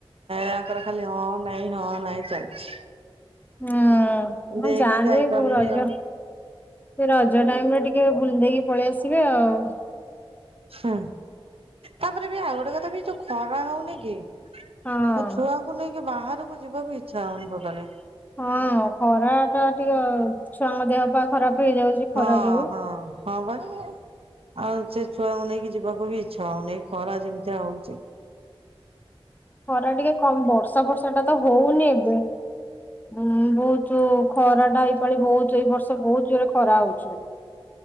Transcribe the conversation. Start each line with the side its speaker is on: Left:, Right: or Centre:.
Right: ତାଙ୍କର ଖାଲି ହଁ ନାଇଁ ହଁ ନାଇଁ ଚାଲିଛି।
Left: ହୁଁ
Right: ଏମିତି
Left: ମୁଁ
Right: ହେଇକି
Left: ଯାଆନ୍ତି
Right: ଯାଇପାରୁନି
Left: ଯୋ ରଜ
Right: ଆଉ।
Left: ସେ ରଜ ଟାଇମ ରେ ଟିକେ ବୁଲି ଦେଇକି ପଳେଇ ଆସିବେ ଆଉ।
Right: ହୁଁ ତାପରେ ବି ଆଉ ଗୋଟେ କଥା ବି ଯୋଉ ଖରା ହଉନି କି? ଏ
Left: ହଁ।
Right: ଛୁଆଙ୍କୁ ନେଇକି ବାହାରକୁ ଯିବାକୁ ଇଚ୍ଛା ହଉନି ତୋଟାଲି।
Left: ହଁ ଖରା ଟା ଟିକେ ଛୁଆଙ୍କ ଦେହ ପା ଖରାପ ହେଇଯାଉଛି।
Right: ହଁ
Left: ଖରା ଯୋଗୁ।
Right: ହଁ। ହଁ ପା ଆଉ ସେ ଛୁଆଙ୍କୁ ନେଇକି ଯିବାକୁ ବି ଇଚ୍ଛା ହଉନି ଖରା ଯେମିତିଆ ହଉଛି।
Left: ଖରା ଟିକେ କମ ବର୍ଷା ବର୍ଷା ଟା ତ ହଉନି ଏବେ ଉ ଭୋଉତୁ ଖରା ଟା ଏଇପାଳି ବହୁତ ଏଇ ବର୍ଷ ବହୁତ ଜୋରେ ଖରା ହଉଛି।